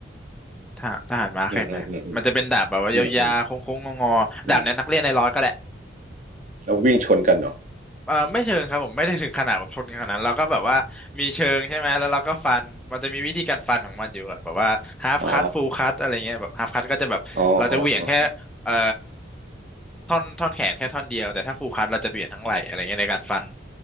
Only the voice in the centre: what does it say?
ทหารทหารม้าเคยเห็นไหมมันจะเป็นดาบแบบว่ายาวๆโค้งๆงอๆดาบเนี้ยนักเรียนในร้อยก็ได้
เออไม่เชิงครับผมไม่ได้ถึงขนาดแบบชนกันขนาดนั้นเราก็แบบว่ามีเชิงใช่ไหมแล้วเราก็ฟันมันจะมีวิธีการฟันของมันอยู่อะแบบว่า half
cut full cut อะไรเงี้ยแบบ half cut ก็จะแบบเราจะเหวี่ยงแค่เอ่อ
ท่อนท่อนแขนแค่ท่อนเดียวแต่ถ้า full cut เราจะเหวี่ยงทั้งไหล่อะไรเงี้ยในการฟัน